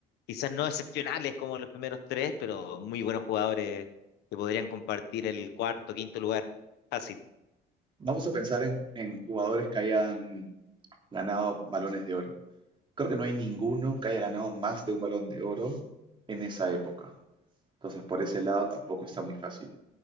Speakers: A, on the left; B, on the right.
A: quizás no excepcionales como los primeros tres, pero muy buenos jugadores que podrían compartir el cuarto, quinto lugar. Fácil.
B: vamos a pensar en, en jugadores que hayan ganado balones de oro. Creo que no hay ninguno que haya ganado más de un balón de oro en esa época. Entonces, por ese lado tampoco está muy fácil.